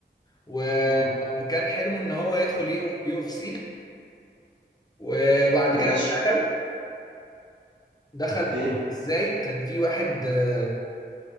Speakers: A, on the left (about 20°); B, on the right (about 85°).
A: وكان
B: امم
A: حلمه ان هو يدخل يو اف سي وبعد
B: ماشي
A: كده دخل دخل
B: اوكي
A: ازاي كان في واحد آه،